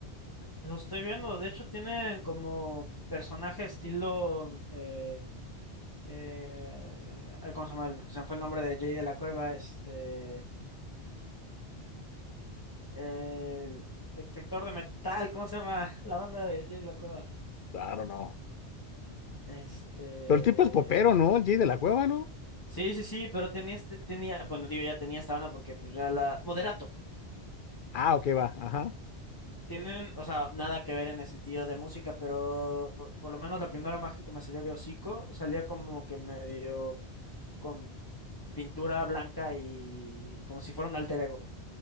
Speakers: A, on the left; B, on the left.
A: lo estoy viendo. De hecho, tienen como personaje estilo... eh, eh, ay, ¿cómo se llama? el- Se me fue el nombre de Jay de la Cueva, este, el detector de metal, ¿cómo se llama? <laughs> La banda de Jay de la Cueva.
B: Claro, no.
A: Este,
B: Pero el tipo es popero, ¿no? El Jay de la Cueva, ¿no?
A: sí, sí, sí, pero tenía este, tenía, bueno, digo, ya tenía esta banda porque pues ya la, Moderato.
B: Ah, ok, va, ajá.
A: Tienen, o sea, nada que ver en el sentido de música, pero por lo menos la primera imagen que me salió de hocico salía como que medio con pintura blanca y como si fuera un alter ego.